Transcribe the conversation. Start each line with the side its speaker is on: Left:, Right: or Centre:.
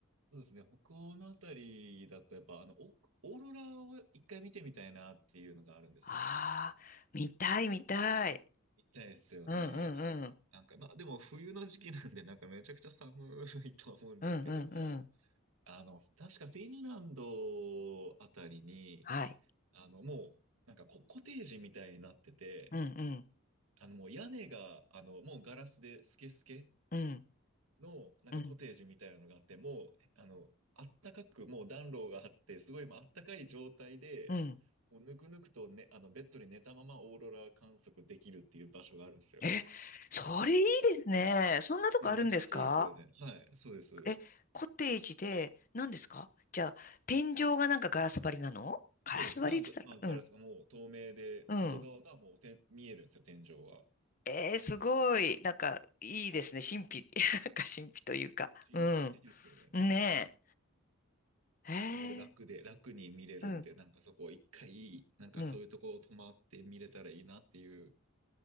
Right: そうですね。北欧のあたりだと、やっぱ、あの、オオーロラを一回見てみたいなっていうのがあるんですよね。
Left: ああー、見たい見たい。
Right: 見たいですよね。
Left: うんうんうん。
Right: なんか、まあ、でも冬の時期なんで、なんかめちゃくちゃ寒いと思うんですけども、
Left: うんうんうん。
Right: あの、確かフィンランドあたりに、
Left: はい。
Right: あの、もう、なんかコ、コテージみたいになってて、
Left: うんうん
Right: あの、もう屋根が、あの、もうガラスでスケスケ
Left: うん
Right: の、なんかコテージみたいなのがあって、
Left: うん
Right: もう、あの、あったかく、もう暖炉があって、すごいもうあったかい状態で、
Left: うん。
Right: もうぬくぬくとね、あの、ベッドに寝たままオーロラ観測できるっていう場所があるんですよ。
Left: え、それいいですね。そんなとこあるんですか
Right: いや、めちゃくちゃいいですよね。はい、そうです、そうです。
Left: え、コテージで、何ですかじゃあ、天井がなんかガラス張りなのガラス張りって言ったら、
Right: そうです。まあ、がまあ、ガラスがもう透明で、
Left: うん、
Right: 外側がもうてん見えるんですよ、
Left: うん。
Right: 天井は。
Left: えー、すごい。なんか、いいですね。神秘、<laughs> なんか神秘というか。
Right: 神秘的ですよね。
Left: うん。ねえ。へ
Right: すごい楽で、
Left: え、
Right: 楽に見れるんで、
Left: うん、
Right: なんかそこ一回、なんかそういうとこ泊まって見れたらいいなっていう、
Left: うん。